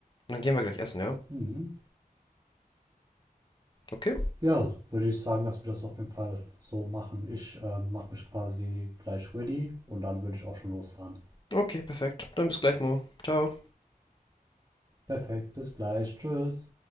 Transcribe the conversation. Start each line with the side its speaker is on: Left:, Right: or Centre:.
Left: und dann gehen wir gleich essen, ja?
Right: Mhm.
Left: Okay?
Right: Ja, würde ich sagen, dass wir das auf jeden Fall so machen. Ich ähm, mache mich quasi gleich ready und dann würde ich auch schon losfahren.
Left: Okay, perfekt. Dann bis gleich, Mo. Ciao.
Right: Perfekt, bis gleich, tschüss.